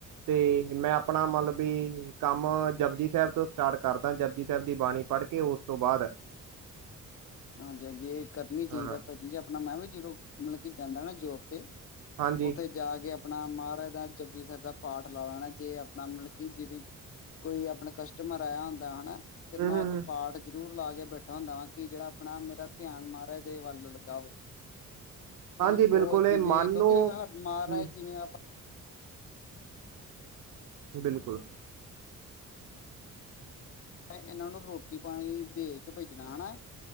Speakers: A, on the right; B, on the left.
A: ਤੇ ਮੈਂ ਆਪਣਾ ਮਲਬ ਬੀ, ਕੰਮ ਜਪਜੀ ਸਾਹਿਬ ਤੋਂ ਸਟਾਟ ਕਰਦਾ। ਜਪਜੀ ਸਾਹਿਬ ਦੀ ਬਾਣੀ ਪੜ੍ਹ ਕੇ ਉਸ ਤੋਂ ਬਾਅਦ
B: <inaudible> ਹਾਂਜੀ ਹਾਂਜੀ ਇਹ ਕਰਨੀ ਚਾਹੀਦਾ
A: ਹਾਂ
B: ਭਾਜੀ ਆਪਣਾ ਮੈਂ ਵੀ ਜਦੋ ਮਤਲਬ ਕਿ ਜਾਂਦਾ ਨਾ ਜੋਬ ਤੇ
A: ਹਾਂਜੀ
B: ਉੱਥੇ ਜਾ ਕੇ ਆਪਣਾ ਮਹਾਰਾਜ ਦਾ ਜਪਜੀ ਸਾਹਿਬ ਦਾ ਪਾਠ ਲਾ ਲੈਣਾ ਜੇ ਆਪਣਾ ਮਤਲਬ ਕਿ ਜਿਵੇਂ ਕੋਈ ਆਪਣਾ ਕਸਟਮਰ ਆਇਆ ਹੁੰਦਾ ਹਨਾ ਤੇ ਮੈਂ
A: ਹੂੰ, ਹੂੰ,
B: ਉੱਥੇ
A: ਹੂੰ
B: ਪਾਠ ਜਰੂਰ ਲਾ ਕੇ ਬੈਠਾ ਹੁੰਦਾ ਵਾਂ ਕਿ ਜਿਹੜਾ ਆਪਣਾ ਮੇਰਾ ਧਿਆਨ ਮਹਾਰਾਜ ਦੇ ਵੱਲ ਲੱਗਾ ਹੋਵੇ ਕਿਉਂਕਿ
A: ਹਾਂਜੀ
B: ਬਹੁਤ
A: ਬਿਲਕੁਲ ਇਹ
B: ਜਿਵੇਂ
A: ਮਨ
B: ਕਿਉਂਕਿ
A: ਨੂੰ
B: ਮਹਾਰਾਜ
A: ਹੂੰ
B: ਜਿਵੇਂ
A: ਬਿਲਕੁਲ
B: ਇਹਨਾਂ ਨੂੰ ਰੋਟੀ ਪਾਣੀ ਦੇ ਕੇ ਭੇਜਣਾ ਹੈ ਨਾ